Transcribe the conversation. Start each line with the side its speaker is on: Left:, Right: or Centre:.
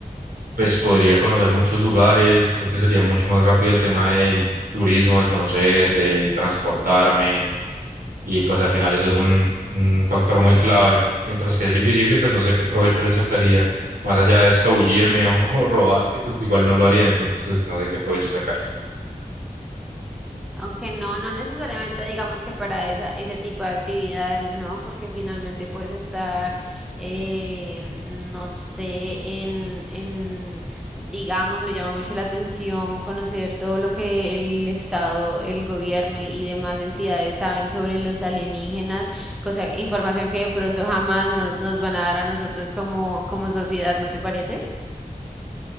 Right: pues podría conocer muchos lugares, creo que sería mucho más rápido el tema del turismo, de conocer, de transportarme, y pues al final eso es un, un factor muy clave. Mientras que ser invisible, pues no sé qué provecho le sacaría, más allá de escabullirme o, <laughs> o robar, que pues igual no lo haría, entonces pues no sé qué provecho sacar.
Centre: Aunque no, no necesariamente digamos que para esa, ese tipo de actividades, ¿no? Porque finalmente puedes estar, eh, no sé, en, en, digamos, me llama mucho la atención conocer todo lo que el Estado, el gobierno y, y demás entidades saben sobre los alienígenas, cosa, información que de pronto jamás nos, nos van a dar a nosotros como, como sociedad, ¿no te parece?